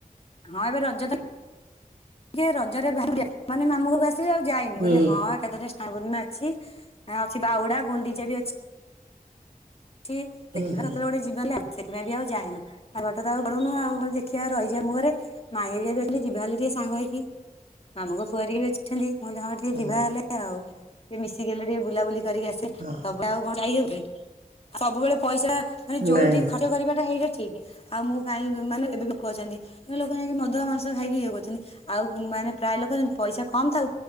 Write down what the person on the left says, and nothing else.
ହଁ ଏବେ ରଜ ତ ଟିକେ ରଜରେ ବାହାରେ <inaudible> ମାନେ ମାମୁଁ ଘରୁକୁ ଆସିବି ଆଉ ଯାଇ ମୁଁ
କହିଲି ହଁ ଏକାଥରେ ସ୍ନାନ ପୂର୍ଣ୍ଣିମା ଅଛି ଆ ଅଛି ବାହୁଡା ଗୁଣ୍ଡିଚା ବି ଅଛ୍ ଛି
ଦେଖିବା
କୋଉ ଦିନ ଗୋଟେ ବି ବୋଲି ସେଥିପାଇଁ ବି ଆଉ ଯାଇନୁ ଆଉ ପାଠ ତ ଆଉ ପଢୁନୁ ଆଉ ହଉ ଦେଖିଆ ଆଉ ରହିଚି ମାମୁଁ ଘରେ। ମାଇଁ ଏରିଆ ବି ଅଛନ୍ତି ଯିବା ହେଲେ ଟିକେ ସାଙ୍ଗ ହେଇକି ମାମୁଁଙ୍କ ପୁଅ ହରିକା ବି ଅଛନ୍ତି ମୁଁ କହିଲି ହଉ ସ
ବିବାହ ହେଲେ ଆଉ ସିଏ ମିଶିଗଲେ ଟିକେ ବୁଲାବୁଲି କରିକି ଆସେ ତମେ
ଆଉ କଣ ଯାଇହବ କି। ସବୁବେଳେ ପଇସା ମାନେ ଯୋଉଠି
ଖର୍ଚ୍ଚ କରିବାଟା ହେଇଟା ଠିକ। ଆଉ ମୁଁ କାଇହିଁକି ମାନେ ଏବେ ବି ଲୋକ ଅଛନ୍ତି। ଲୋକ ଯାଇକି ମଧୁଆ ମାଂସ ଖାଇକି ଇଏ କରୁଚନ୍ତି ଆଉ ମାନେ ପ୍ରାୟ ଲୋକଛନ୍ତି ପଇସା କମ ଥାଉ